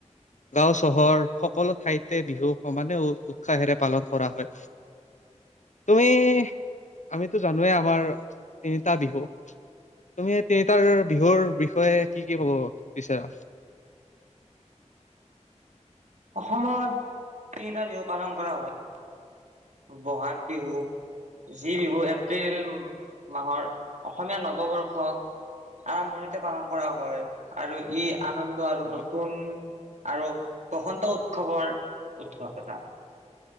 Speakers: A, on the left (about 75°); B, on the right (about 75°).
A: গাঁও চহৰ সকলো ঠাইতে বিহু সমানে উৎসাহেৰে পালন কৰা হয়। তুমি আমিতো জানোৱে আমাৰ তিনিটা বিহু। তুমি তিনিটাৰ বিহুৰ বিষয়ে কি-কি কব বিচাৰা?
B: অসমত তিনিটা দিহু পালন কৰা হয়। ব'হাগ বিহু যি বিহু এপ্ৰিল মাহৰ অসমীয়া নৱবৰ্ষ আৰম্ভণিতে পালন কৰা হয় আৰু ই আনন্দ আৰু
A: অ
B: নতুন আৰু বসন্ত উৎসৱৰ-উৎসৱ এটা।